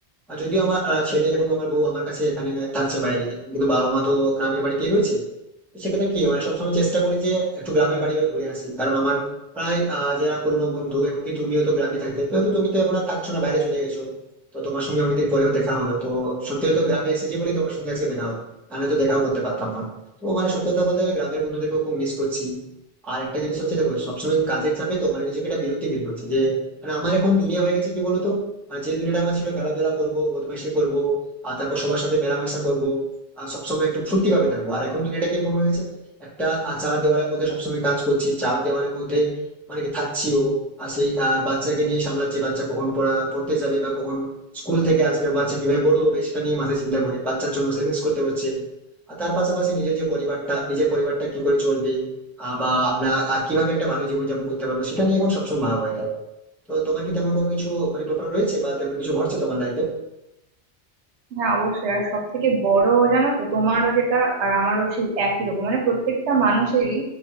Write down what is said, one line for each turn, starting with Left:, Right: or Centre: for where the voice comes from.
Centre: আর যদিও আমার আহ, ছেলে এবং আমার বউ আমার কাছে এখানে থাকছে বাইরে কিন্তু বাবা মা তো গ্রামের বাড়িতেই রয়েছে তো সেক্ষেত্রে কি মানে সবসময় চেষ্টা করি যে একটু গ্রামের বাড়ি হয়ে ঘুরে আসি কারণ আমার প্রায় আহ, যারা পুরোনো বন্ধু এমনকি তুমিও তো গ্রামে থাকতে যেহেতু তুমি তো এখন আর থাকছো না বাইরে চলে গেছো তো তোমার সঙ্গে অনেকদিন পরেও দেখা হলো তো সত্যি তো গ্রামে এসেছি বলেই তোমার সঙ্গে আজকে দেখা হলো আমি তো দেখাও করতে পারতাম না তো মানে সত্যি কথা বলতে গেলে গ্রামের বন্ধুদেরকেও খুব মিস করছি আর একটা জিনিস হচ্ছে দেখো সবসময় কাজের চাপে তো মানে নিজেকে একটা বিরক্তি ফিল করছি যে মানে আমার এখন দুনিয়া হয়ে গেছে কি বলতো আর যে দুনিয়াটা আমার ছিল খেলাধুলা করবো বদমাইশি করবো আর তারপর সবার সাথে মেলামেশা করবো আর সবসময় একটু ফুর্তি ভাবে থাকবো আর এখন দুনিয়াটা কিরকম হয়ে গেছে একটা আহ, চার দেওয়ালের মধ্যে সবসময় কাজ করছি চার দেওয়ালের মধ্যে মানে কি থাকছিও আর সেই আহ, বাচ্চাকে নিয়ে সামলাচ্ছি বাচ্চা কখন পড়া- পড়তে যাবে বা কখন স্কুল থেকে আসবে বাচ্চা কিভাবে বড় হবে সেটা নিয়ে মাথায় চিন্তা করে বাচ্চার জন্য সেভিংস করতে হচ্ছে আর তার পাশাপাশি নিজের যে পরিবারটা নিজের পরিবারটা কি করে চলবে আহ, বা আমরা আহ, কিভাবে একটা ভালো জীবনযাপন করতে পারবো সেটা নিয়ে এখন সবসময় ভাবা হয়ে থাকে তো তোমার কি তেমন কোনো কিছু পরিকল্পনা রয়েছে বা তেমন কিছু ঘটছে তোমার লাইফে
Right: হ্যাঁ অবশ্যই আর সব থেকে বড় জানো তো তোমারও যেটা আর আমারও সেই একই রকম মানে প্রত্যেকটা মানুষেরই